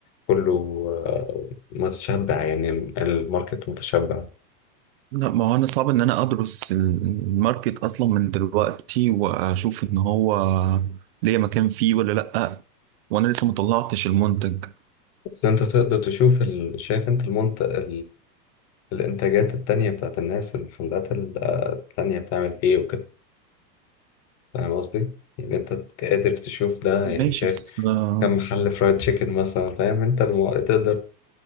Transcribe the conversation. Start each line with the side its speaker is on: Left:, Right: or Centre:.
Left: كله آه، متشبع يعني الماركت متشبع
Right: لا ما هو انا صعب ان انا ادرس الماركت اصلا من دلوقتي واشوف ان هو ليه مكان فيه ولا لا وانا لسه مطلعتش المنتج
Left: بس انت تقدر تشوف ال... شايف انت المنطقة الإنتاجات التانية بتاعت الناس المحلات ال- التانية بتعمل إيه وكده فاهم قصدي؟ يعني أنت قادر تشوف ده
Right: ماشي
Left: يعني شايف
Right: بس آه،
Left: كم محل فرايد تشيكن مثلا فاهم أنت المو... تقدر